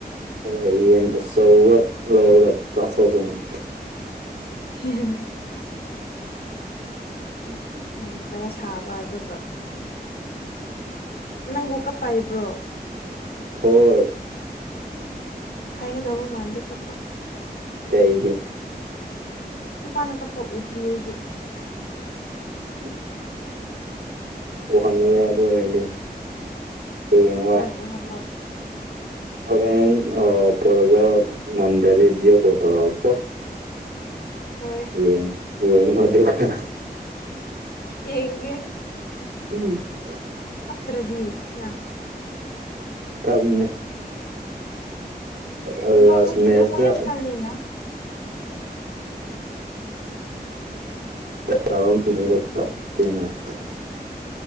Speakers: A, on the right; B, on the left.
A: ꯍꯣꯏ ꯌꯦꯟ ꯑꯆꯧꯕ ꯂꯧꯔꯒ ꯆꯥꯊꯣꯛꯇꯣꯏꯅꯤ
B: ꯍꯦ <unintelligible>
A: ꯎꯝ
B: ꯉꯝꯗꯕ ꯁꯥꯕ ꯑꯗꯨꯒ ꯅꯪꯕꯨ ꯀꯞꯄꯥ ꯍꯩꯕ꯭ꯔꯣ
A: ꯍꯣꯏ
B: ꯍꯩꯒꯗꯧꯕ ꯃꯥꯟꯗꯦ ꯀꯞꯄ
A: ꯀꯩꯒꯤ
B: ꯅꯨꯄꯥꯅ ꯀꯞꯄꯥ ꯎꯗ꯭ꯔꯤ ꯑꯩꯗꯤ
A: ꯑ <unintelligible> ꯎꯍꯜꯂꯨꯔꯥ ꯑꯗꯨ ꯑꯣꯏꯔꯗꯤ ꯍꯌꯦꯡ ꯋꯥꯏ
B: ꯑꯣ ꯎꯍꯜꯂꯣ
A: ꯍꯣꯔꯦꯟ ꯄꯨꯔꯒ ꯉꯝꯗ꯭ꯔꯗꯤ ꯚꯤꯗꯤꯌꯣ ꯀꯣꯜ ꯇꯧꯔꯛꯑꯣ ꯀꯣ
B: ꯍꯣꯏ
A: ꯌꯦꯡ ꯌꯦꯡꯉꯣ ꯑꯗꯨꯒ
B: ꯌꯦꯡꯒꯦ
A: ꯎꯝ <unintelligible>
B: ꯀꯥꯞꯇꯔꯗꯤ ꯅꯪ
A: ꯀꯞꯅꯤ ꯑ
B: ꯅꯨꯄꯥꯈꯣꯏꯗꯤ
A: ꯂꯥꯁ ꯃꯦꯁꯇ
B: ꯊꯃꯣꯏ ꯌꯥꯝ ꯀꯜꯂꯤꯅ
A: ꯊ <unintelligible> ꯀꯩꯅꯣ